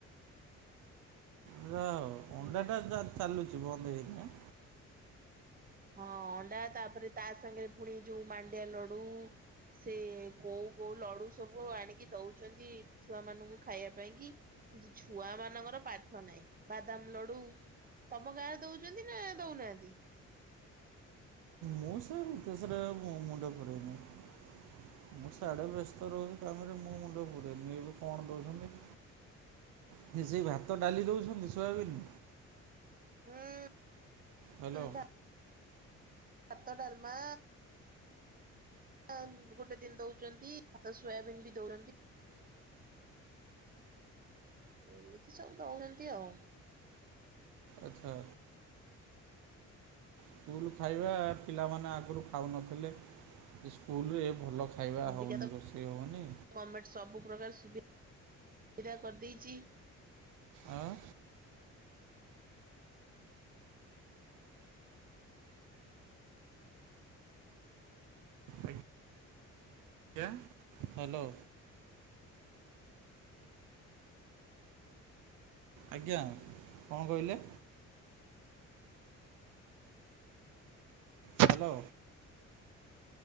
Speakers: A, on the right; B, on the right.
A: ଯା ହୋଉ
B: ହୁଁ
A: ଅଣ୍ଡା ଟା ଚା ଚାଲୁଚି ବନ୍ଦ ହେଇନି ଆଁ।
B: ହଁ ଅଣ୍ଡା ତାପରେ ତା ସାଙ୍ଗରେ ପୁଣି ଯୋଉ ମାଣ୍ଡିଆ ଲଡୁ। ସେ କୋଉ କୋଉ ଲଡୁ ସବୁ ଆଣିକି ଦଉଚନ୍ତି ଛୁଆ ମାନଙ୍କୁ ଖାଇବା ପାଇଁ କି? ଯୁ ଛୁଆ ମାନଙ୍କର ପାଠ ନାହିଁ ବାଦାମ ଲଡୁ ତମ ଗାଁରେ ଦଉଚନ୍ତି ନା ଦଉନାହାନ୍ତି।
A: ମୁଁ ସେ କେସରେ ମୁଁ ମୁଣ୍ଡ ପୁରେଇନେଇଁ। ମୁଁ ସିଆଡେ ବ୍ୟସ୍ତ ରହୁଛି ତାପରେ ମୁଁ ମୁଣ୍ଡ ପୁରେଇନେଇଁ ଏବେ କଣ ଦଉଛନ୍ତି। କି ସେଇ ଭାତ ଡାଲି ଦଉଛନ୍ତି। ଥୁଆବିନ
B: ହୁଁ
A: ହାଲୋ।
B: ଭା- ଭାତ ଡାଲମା ମା ଗୋଟେ ଦିନି ଦୋଉଚନ୍ତି ଭାତ ସୋୟାବିନ୍ ବି ଦୋଉଚନ୍ତି। ଏମିତି ସବୁ ଦଉନାହାନ୍ତି ଆଉ।
A: ଆଚ୍ଛା। ସ୍କୁଲ୍ ଖାଇବା ପିଲାମାନେ ଆଗରୁ ଖାଉନଥିଲେ ସ୍କୁଲରେ ଏ ଭଲ ଖାଇବା
B: ଅବିକା
A: ହୋଉନି
B: ତ
A: ରୋଷେଇ ହୋଉନି।
B: ଗଭର୍ଣମେଣ୍ଟ ସବୁ ପ୍ରକାର ସୁବିଧା କରିଦେଇଚି।
A: ଆଁ ଆଜ୍ଞା ହାଲୋ। ଆଜ୍ଞା କଣ କହିଲେ? ହାଲୋ।